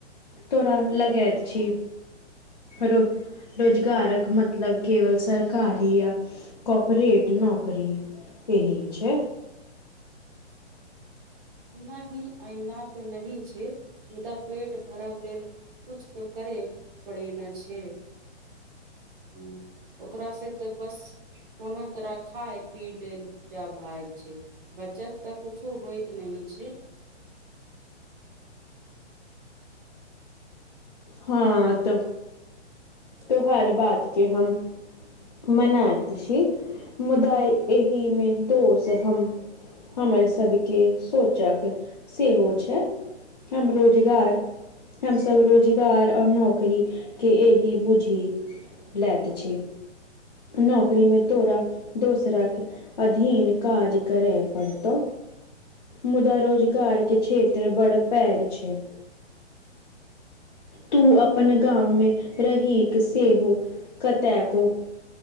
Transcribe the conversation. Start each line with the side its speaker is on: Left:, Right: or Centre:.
Left: तोरा लगात छी, रो रोजगारक मतलब, केवल सरकारी या कोपरेट नौकरी। एहि छै।
Right: नहि ऐना तऽ नही छैय, मुदा पेट भरब लेल कुछ तो करे पड़े न छे। ह ओकरा से तऽ बस कोनो तरह खाय पी लेल। जा भाइत छैय बचत तऽ कुछो होइत नहि छैय।
Left: हँ तऽ तोहार बात के हम। मनात छी मुदा एहि मे तो सेहम। हमर सबके सोचक सेहो छैय। हम रोजगार हमसब रोज गार आ नौकरीके एहि बुझि लैत छी। नौकरी मे तोरा दोसरा के। अधीन काज करय पड़तो। मुदा रोजगारके क्षेत्र बड्ड पैघ छैय। तू अपन गाम में रहिक सेहो कतैको।